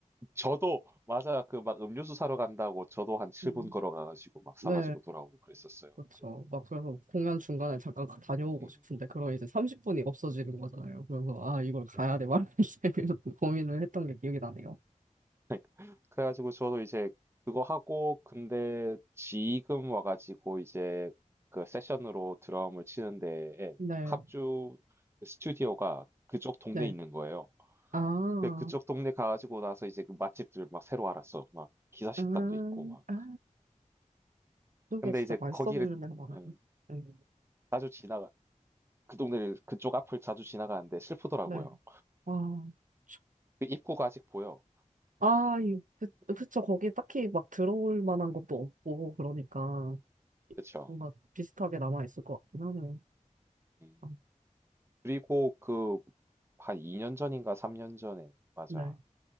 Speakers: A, on the right; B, on the right.
A: 저도 맞아요. 그 막 음료수 사러 간다고 저도 한 7분
B: 음.
A: 걸어가 가지고 막 사
B: 네,
A: 가지고 돌아오고 그랬었어요.
B: 그렇죠.
A: 맞아요.
B: 막 그래서 공연 중간에 잠깐 가- 다녀오고
A: 음.
B: 싶은데 그럼 이제 30분이
A: 음.
B: 없어지는 거잖아요. 그래서 아 이걸 가야
A: 그러니까.
B: 돼 말이야 이렇게 <laughs> 고민을 했던 게 기억이 나네요.
A: 그러니까 그래 가지고 저도 이제 그거 하고 근데 지금 와 가지고 이제 그 세션으로 드럼을 치는데 예
B: 네,
A: 합주 스튜디오가 그쪽 동네에
B: 네.
A: 있는 거예요.
B: 아,
A: 그- 그쪽 동네 가가지고 나서 이제 그 맛집들 막 새로 알았어. 막 기사식당도
B: 음,
A: 있고 막.
B: 아, 이게
A: 근데
B: 진짜
A: 이제
B: 맛있어
A: 거기를
B: 보이는 데가 많아요.
A: 음,
B: 네,
A: 자주 지나가 그 동네를 그쪽 앞을 자주 지나가는데 슬프더라고요.
B: 네. 아, 그쵸.
A: 그 입구가 아직 보여.
B: 아, 이, 그,
A: 음,
B: 그쵸. 거기 딱히 막 들어올 만한 것도
A: 음,
B: 없고 그러니까
A: 그쵸.
B: 뭔가 비슷하게 남아 있을 것 같긴 하네요.
A: 음.
B: 아,
A: 그리고 그 한 2년 전인가 3년 전에 맞아.
B: 네,